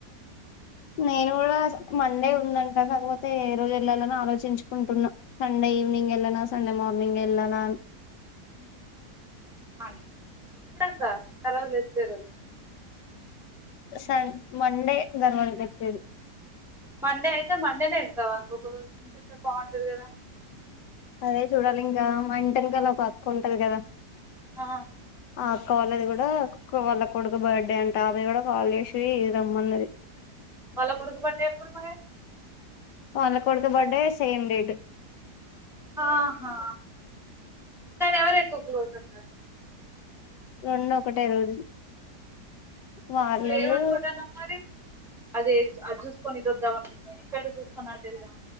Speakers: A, on the left (about 80°); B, in the centre.
A: నేను కూడా సండే ఉందంట తర్వాత ఏ రోజు వెళ్ళాలని ఆలోచించుకుంటున్నా సండే ఈవినింగ్ వెళ్ళనా సండే మార్నింగ్ వెళ్ళనా అని.
B: హ్మ్ అం ఎప్పుడక్క తర్వాత నెక్స్ట్ డే రో
A: సన్ మండే దర్వాజలెత్తేది.
B: మండే అయితే మండేనే వెళ్తావా ఒక రోజు ముందు వెళ్ బాగుంటది కదా
A: అదే చూడాలి ఇంకా మా ఇంటిఏనకాల ఒక అక్క ఉంటది కదా
B: ఆ
A: ఆ అక్కవాల్లది కూడా క్ వాళ్ళ కొడుకు‌ బర్త్డే అంట ఆమె కూడా కాల్ చేసి రమ్మన్నది.
B: వాళ్ళ కొడుకు బర్డే ఎప్పుడు మరి
A: మా అన్న కొడుకు బర్డే సేమ్ డేట్
B: ఆహా కానీ ఎవరు ఎక్కువ క్లోజ్ అవు
A: రెండ్ ఒకటే రోజు వాళ్ళలో
B: నువ్వెం అంకుటన్నావ్ మరి అదే అది చూస్కొని ఇట్ వద్దా అకుంటన్నావట ఇక్కడ చూసుకోని అటెళ్దాం